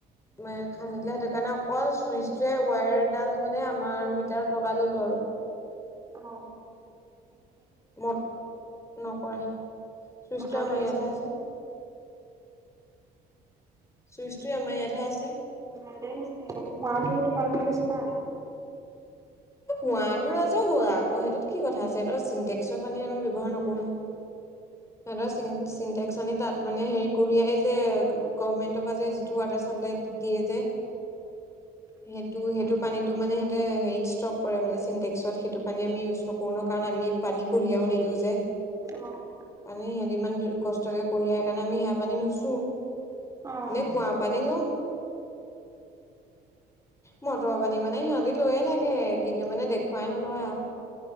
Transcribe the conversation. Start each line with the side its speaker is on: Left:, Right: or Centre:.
Left: ম খান্দিলে সেইটো কাৰণে অকল চুইচটোয়ে ৱায়াৰডাল মানে আমাৰ মিটাৰত লগাই ললো আৰু। <inaudible>
Right: অ অ
Left: মট নকৰে চুইচটো
Right: মটৰটো
Left: আমাৰ ইয়াতহে
Right: ইউজ নকৰে।
Left: আছে। চুইচটো আমাৰ ইয়াতহে আছে।
Right: ভালে হৈছে, <unintelligible> ইউজ কৰা
Left: কুঁৱাটো ৰাজহুৱা আকৌ সেইটোত কি কথা আছে সিহঁতৰ চিনটেক্সৰ পানী আমি ব্যৱহাৰ নকৰোঁ ন। সিহঁতৰ চিন চিনটেক্স আনি তাত মানে হেৰি কঢ়িয়াই যে গভমেন্টৰ পা যে যিটো ৱাটাৰ চাপ্লাইত দিয়ে যে সেইটো পানীতো মানে সিহঁতে হেৰিত ষ্টক ষ্টক কৰে মানে চিনটেক্সত সেইটো পানী আমি ইউজ নকৰো ন কাৰণ আমি পানী কঢ়িয়াও নিদিওঁ যে।
Right: অ',
Left: কাৰণে সিহঁতি ইমান কষ্টকে কঢ়িয়ায় কাৰণে আমি সেয়া পানী নুচো।
Right: অ',
Left: এনে কুৱা পানী লোঁ, মটৰ পানী মানে সিহঁতি লৈয়ে থাকে। কিন্তু মানে দেখুৱাই নলয় আৰু